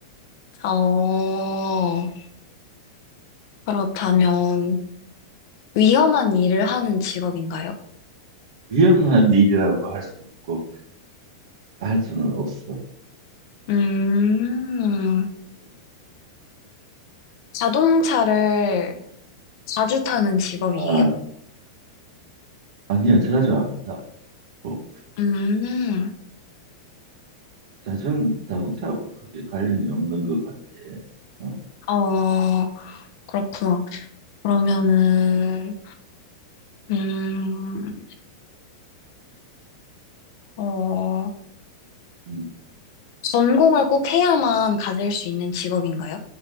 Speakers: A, on the left (about 55°); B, on the right (about 60°).
A: 어, 그렇다면 위험한 일을 하는 직업인가요?
B: 위험한 일이라고 할 수 없고 할 수는 없어.
A: 음,
B: 음,
A: 자동차를 자주 타는 직업이에요?
B: 아, 아니야, 자주 안 타. 뭐,
A: 음,
B: 자전, 자동차하고는 그렇게 관련이 없는 것 같아. 어,
A: 어, 그렇구나. 그러면은, 음, 어,
B: 음.
A: 전공을 꼭 해야만 가질 수 있는 직업인가요?